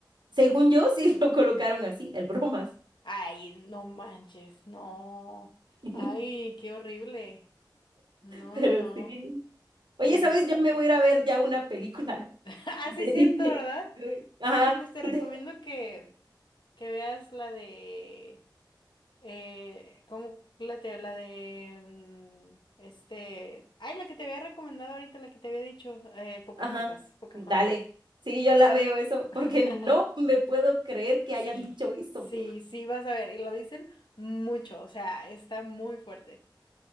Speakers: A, on the right; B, on the left.
A: Según yo, sí lo colocaron así, el bromas.
B: Ay, no manches, no.
A: <laughs>
B: Ay, qué horrible. No,
A: Pero
B: no, no.
A: sí. Oye,
B: Pues,
A: ¿sabes?
B: <laughs>
A: Yo me voy a ir a ver ya una película
B: ah,
A: <laughs> de
B: sí es cierto,
A: Disney.
B: ¿verdad?
A: Uy, Ajá,
B: Sí, pues te recomiendo
A: <laughs> tengo-
B: que, que veas la de, eh, ¿cómo la te, la de, mm, este, ay, la que te había recomendado ahorita, la que te había dicho, eh, Pocahontas,
A: ajá,
B: Pocahontas.
A: dale. Sí, yo la veo eso,
B: <laughs>
A: porque no me puedo creer que
B: Sí,
A: hayan dicho eso.
B: sí, sí, vas a ver, y lo dicen mucho, o sea, está muy fuerte.